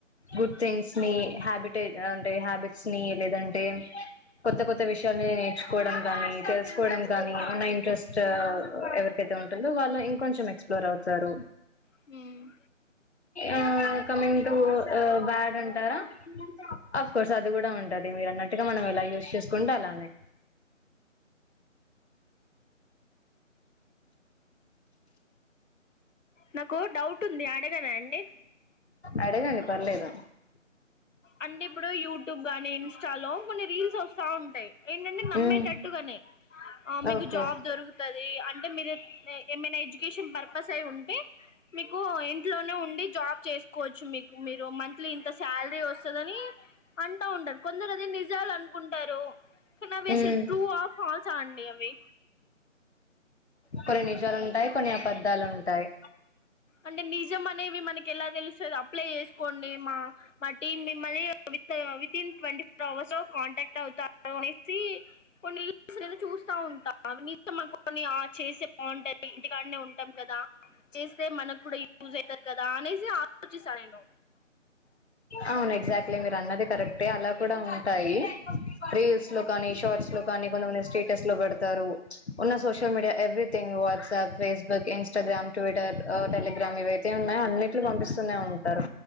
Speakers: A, on the left; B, on the left.
A: గుడ్ థింగ్స్ ని హ్యాబిటైట్ అంటే హ్యాబిట్స్ ని లేదంటే కొత్త కొత్త విషయాలని నేర్చుకోవడం కానీ తెలుసుకోవడం కానీ ఉన్న ఇంట్రెస్ట్ ఎవరికైతే ఉంటుందో వాళ్ళు ఇంకొంచెం ఎక్సప్లోర్ అవుతారు
B: హ్మ్
A: ఆ కమింగ్ టు బ్యాడ్ అంటారా అఫ్కోర్స్ అది కూడా ఉంటది మీరు అన్నట్టుగా మనం ఇలా యూస్ చేసుకుంటే అలానే
B: నకు డౌట్ ఉంది అడగనే అండి
A: అడగండి పర్లేదు.
B: అంటే ఇప్పుడు యూట్యూబ్ గానీ ఇన్స్టా లో కొన్ని రీల్స్ వస్త చాగుంటాయి ఏంటంటే నమ్మేటట్టుగానే
A: ఉమ్,
B: ఆ మీకు
A: ఓకే
B: జాబ్ దొరుకుతది అంటే మీర ఏమైనా ఎడ్యుకేషన్ పర్పస్ అయి ఉంటే మీకు ఇంట్లోనే ఉండి జాబ్ చేసుకోవచ్చు. మీకు మీరు మంత్లీ ఇంత శాలరీ వస్తు వని అంటా ఉంటారు కొందరు అది నిజాలు అనుకుంటారు. నా వేసల్
A: ఉమ్,
B: ట్రూ ఆర్ పాల్ జన్డి <unintelligible> అవి
A: కొన్ని నిజాలుంటాయి కొన్ని అబద్ధాలు ఉంటాయి
B: అంటే నిజం అనేవి మనకి ఎలా తెలుసు అప్లై చేసుకోండి మా మా టీం మిమ్మల్ని వితిన్ ట్వంటీ ఫోర్ అవర్స్ లో కాంటాక్ట్ అవుతారు అనేసి కొన్ని న్యుస్ లను చూస్తా ఉంటా అవి నీం <unintelligible> చం మన కొన్ని చేసే బాగుంటాది ఇంటికాడనే ఉంటాం కదా చే అయితే మనకు కూడా యూస్ అయితాది కదా అనేసి ఆలోచిస్తారు అండో
A: అవును ఎగ్జాక్ట్లీ మీరు అన్నది కరెక్టే అలా కూడా ఉంటాయి రీల్స్ లో కానీ షార్ట్స్ లో కానీ కొంతమంది స్టేటస్ లో పెడతారు ఉన్న social media everything WhatsApp Facebook Instagram Twitter Telegram ఇవయితే ఉన్నాయో అన్నిట్లు పంపిస్తూనే ఉంటారు